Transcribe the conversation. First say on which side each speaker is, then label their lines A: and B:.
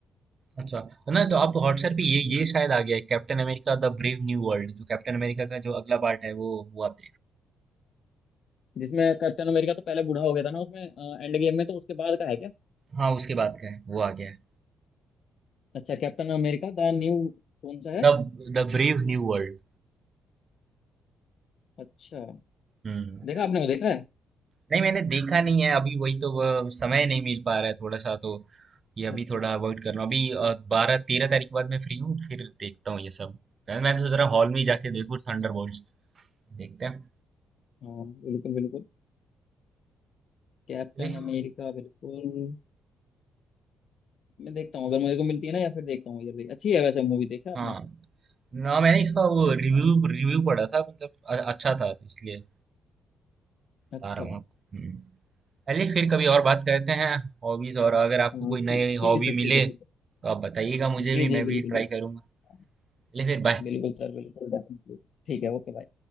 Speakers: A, on the right; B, on the left.
A: अच्छा तो ना तो आप हॉटस्टार पे ये
B: हम्म।
A: ये शायद आ गया है captain America the brave new world जो कैप्टन अमेरिका का जो अगला पार्ट है वो वो आप
B: जिसमें कैप्टन अमेरिका तो पहले बूढ़ा हो गया था ना उसमें एंड गेम में तो उसके बाद का है क्या
A: हाँ, उसके बाद का है, वो आ गया है।
B: अच्छा कैप्टन अमेरिका द न्यू कौन सा है
A: The the brave new world
B: अच्छा
A: हम्म
B: देखा आपने वो देखा है
A: नहीं मैंने देखा नहीं है अभी वही तो वह समय नहीं मिल पा रहा है थोड़ा सा तो ये अभी
B: अच्छा
A: थोड़ा
B: अच्छा
A: अवॉइड कर रहा हूँ अभी बारह तेरह तारीख के बाद मैं फ्री हूँ फिर देखता हूँ ये सब मैंने मैंने सोच रहा हॉल में ही जाके
B: अच्छा
A: देखूँ
B: अच्छा
A: थंडरबोल्ट्स
B: अच्छा
A: देखते हैं
B: हाँ बिल्कुल बिल्कुल कैप्टन
A: अरे,
B: अमेरिका बिल्कुल मैं देखता हूँ अगर मेरे को मिलती है ना या फिर देखता हूँ ये भी अच्छी है वैसे मूवी देखा आपने
A: हाँ ना मैंने इसका वो
B: अच्छा
A: रिव्यू रिव्यू पढ़ा था मतलब अ- अच्छा था तो इसलिए
B: अच्छा
A: बता रहा हूँ आपको हम्म। चलिए फिर कभी और बात करते हैं हॉबीज और अगर आपको
B: हाँ
A: कोई
B: से-
A: नई
B: ठीक
A: हॉबी
B: है सर ठीक
A: मिले
B: है ठीक
A: तो
B: है
A: आप बताइएगा मुझे
B: जी
A: भी
B: जी
A: मैं
B: बिल्कुल
A: भी
B: बिल्कुल
A: ट्राई करूंगा चलिए फिर बाय
B: बिल्कुल सर बिल्कुल डेफिनेटली ठीक है ओके बाय